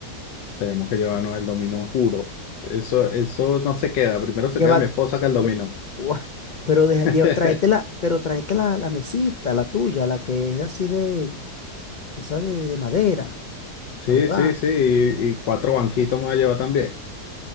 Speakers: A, on the left (about 85°); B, on the left (about 45°).
A: tenemos que llevarnos el dominó, juro. Eso, eso no se queda. Primero se
B: Lleva,
A: queda mi esposa que el dominó.
B: lle- <laughs> Ua, pero deja,
A: <laughs>
B: lleva, tráete la, pero tráete la, la mesita, la tuya, la que es así de, esa de, de madera,
A: Sí,
B: para jugar.
A: sí, sí. Y, y cuatro banquitos me va a llevar también.